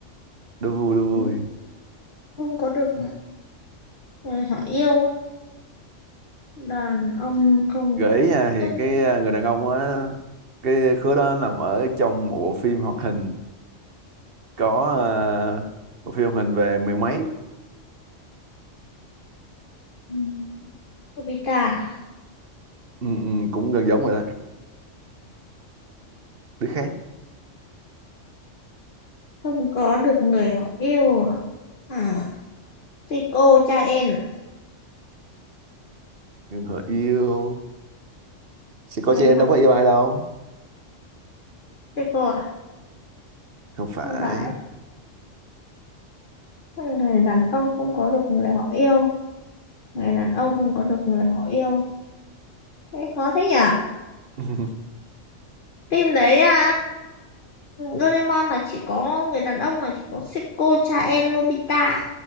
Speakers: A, on the right; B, on the left.
A: đố vui đố vui
B: Ừ, không có được người họ yêu đàn ông không
A: gợi
B: có
A: ý nha thì
B: tức
A: cái à, người đàn ông á cái khứa đó nằm ở trong một bộ phim hoạt hình có à, bộ phim hoạt hình về mười mấy
B: ừ, Nobita
A: ừ, ừ, cũng gần giống rồi đó đứa khác
B: không có được người họ yêu à à Seiko cha em à
A: người họ yêu chỉ có
B: người
A: chị em
B: họ
A: đâu có yêu ai đâu
B: Seiko à
A: không phải
B: không phải người đàn ông không có được người họ yêu người đàn ông không có được người họ yêu thế khó thế nhỉ
A: <laughs>
B: phim đấy à, Doraemon là chỉ có người đàn ông là chỉ có Seiko cha em Nobita